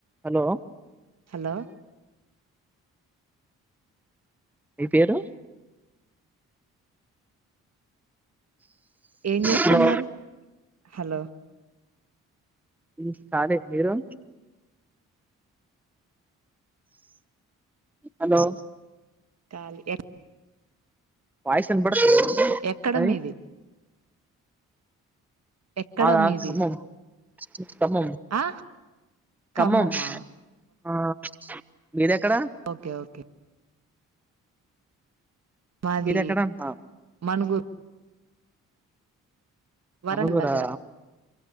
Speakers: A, in the centre; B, on the right.
A: hello
B: hello
A: మీ పేరు
B: ఏం చేస్తన్నారు
A: హలో
B: హలో
A: ఇ కాలి మీరు హలో
B: కాలి ఎ
A: వాయిస్ వినపడుతుందా అండి
B: ఎక్కడ
A: నాది
B: మీది ఎక్కడ
A: మాదా
B: మీది
A: ఖమ్మం ఖమ్మం
B: ఆ
A: ఖమ్మం
B: ఖమ్మమా
A: ఆ మీదెక్కడ
B: ఓకే ఓకే మాది
A: మీదెక్కడ అంటున్నా
B: మనుగూరు వరంగల్
A: మనుగూరా
B: దగ్గర